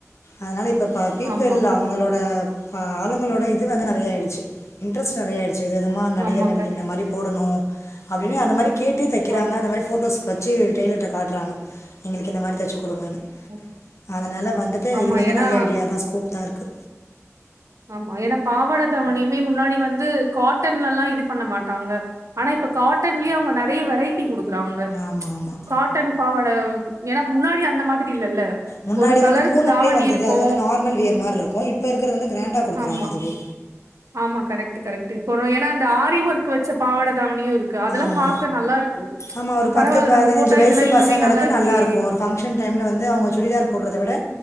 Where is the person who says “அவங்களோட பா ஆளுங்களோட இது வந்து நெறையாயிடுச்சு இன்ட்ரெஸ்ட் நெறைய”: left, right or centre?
Left